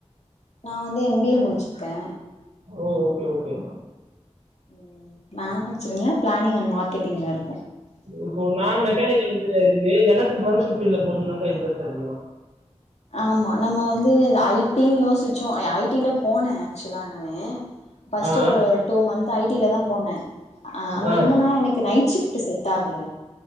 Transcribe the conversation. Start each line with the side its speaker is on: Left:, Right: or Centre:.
Left: நா வந்து எம் பி ஏ முடிச்சிருக்கே
Right: ஓ ஓகே ஓகே
Left: ம் மேனுபக்சரிங்ல பிளானிங் அண்ட் மார்கெட்டிங்ல இருக்கு
Right: இப்போ நா மெக்கானிக்கல் இஞ்சினியரிங்கு எனக்கும் புரொடக்க்ஷன் ஃபீட்ல போணுதான் இன்ட்ரெஸ்ட் மொத்த எவ்ளோ
Left: ஆமா நம்ம வந்து ஐ டினு யோசிச்சோ ஐ டில போனே ஆக்சுவலா நானு ஃபஸ்ட்
Right: ஆ
Left: ஒரு டூ மந்த் ஐ டி ல தான் போனேன் அஹ் அங்க
Right: ஆ
Left: என்னன்னா எனக்கு நைட் ஷிப்ட் செட் ஆகல